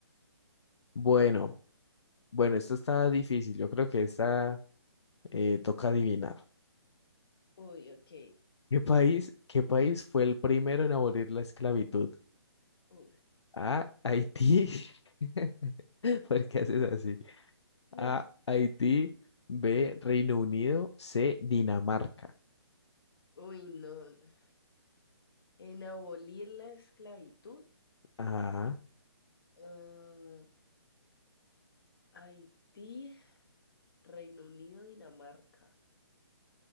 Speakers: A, on the left (about 85°); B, on the left (about 60°).
A: bueno, bueno, esto está difícil. Yo creo que esta eh, toca adivinar.
B: Uy, ok.
A: ¿Qué país, qué país fue el primero en abolir la esclavitud?
B: Uy,
A: A, Haití. <laughs> ¿Por qué haces así?
B: no.
A: A, Haití. B, Reino Unido. C, Dinamarca.
B: Uy, no. no. En abolir la esclavitud,
A: Ajá.
B: ah, Haití, Reino Unido, Dinamarca.